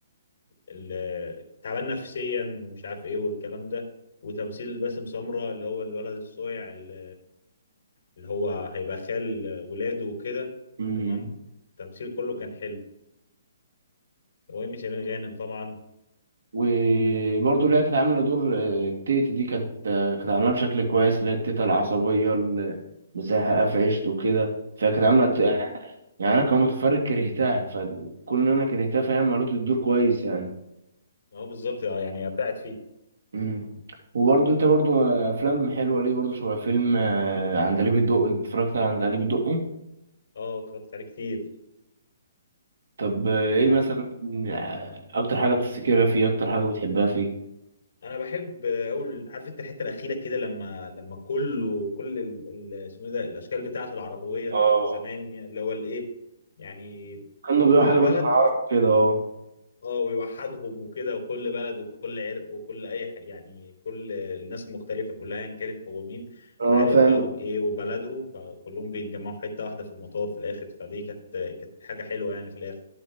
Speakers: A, on the left; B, on the right.
A: ال- تعبان نفسيا ومش عارف ايه والكلام ده وتمثيل باسم سمرة اللي هو الولد الصايع اللي اللي هو هيبقى خال ولاده وكده
B: مم.
A: تمام التمثيل كله كان حلو وإيمي سمير غانم طبعا
B: وبرضه اللي هي كانت عاملة دور آه، التيتا دي كانت آه، كانت عاملاه بشكل كويس اللي هي التيتا العصبية اللي مزهقة في عيشته وكده فكانت عاملة
A: اه
B: ت-
A: طبعا
B: يعني أنا كمتفرج كرهتها فكون إن أنا كرهتها فهي عملت الدور كويس يعني
A: اه بالظبط اه يعني ابدعت فيه
B: مم. وبرضه أنت برضه آه، أفلام حلوة ليه برضه شبه فيلم آه، عندليب الدقي أنت اتفرجت على عندليب الدقي؟
A: اه اتفرجت عليه كتير
B: طب آه، إيه
A: يعني
B: مثلا آه، أكتر حاجة بتفتكرها فيه أكتر حاجة بتحبها فيه؟
A: انا بحب آه، اول عارف انت الحته الاخيره كده لما لما كله كل ال- ال- اسمه إيه ده الاشكال بتاعته العربويه الزمان
B: اه
A: اللي هو الايه يعني
B: كانوا
A: من
B: بيقولوا
A: كل
B: حاجة مثلا
A: بلد
B: عربي كده أه
A: اه ويوحدهم وكده وكل بلد وكل عرق وكل اي ح- يعني كل الناس المختلفه كلها ان كانت هو مين
B: اه
A: والعرق
B: فاهم
A: بتاعهم ايه وبلدهم فكلهم بيتجمعوا في حته واحده في المطار في الاخر فدي كانت كانت حاجه حلوه يعني في الاخر